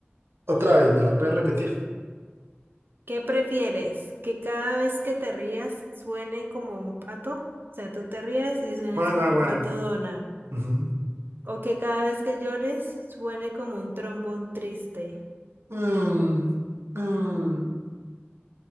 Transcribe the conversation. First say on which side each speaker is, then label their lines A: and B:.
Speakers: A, on the right (about 75°); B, on the right (about 55°).
A: Otra vez, ¿me la puedes repetir?
B: ¿Qué prefieres? ¿Que cada vez que te rías suene como un pato? O sea, tú te rías y suenes
A: Guau,
B: como
A: guau,
B: el
A: guau.
B: pato Donald.
A: Ujú.
B: O que cada vez que llores suene como un trombón triste,
A: Mm, mm.